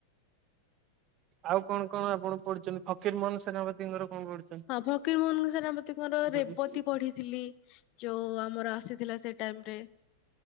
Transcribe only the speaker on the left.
ହଁ ଫକୀର ମୋହନଙ୍କ ସେନାପତି ଙ୍କର
ରେବତୀ ପଢିଥିଲି। ଯୋଉ ଆମର ଆସିଥିଲା ସେଇ ଟାଇମରେ